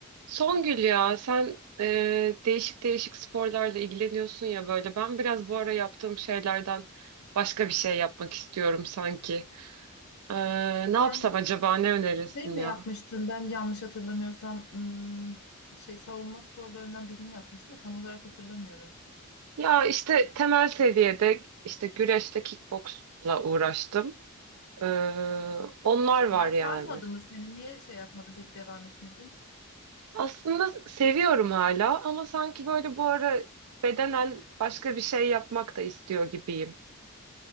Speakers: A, on the right; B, on the left.
A: Songül ya sen e, değişik değişik sporlarla ilgileniyorsun ya böyle. Ben biraz bu ara yaptığım şeylerden başka bir şey yapmak istiyorum sanki. E, ne yapsam
B: Sen
A: acaba ne önerirsin
B: şey mi
A: ya?
B: yapmıştın? Ben yanlış hatırlamıyorsam ım, şey savunma sporlarından birini yapmıştın da tam olarak hatırlamıyorum.
A: Ya işte temel seviyede işte güreşle kickboksla uğraştım. E, onlar var
B: Yani
A: yani.
B: sarmadı mı seni? Niye şey yapmadın peki devam etmedin?
A: Aslında seviyorum hala ama sanki böyle bu ara bedenen başka bir şey yapmak da istiyor gibiyim.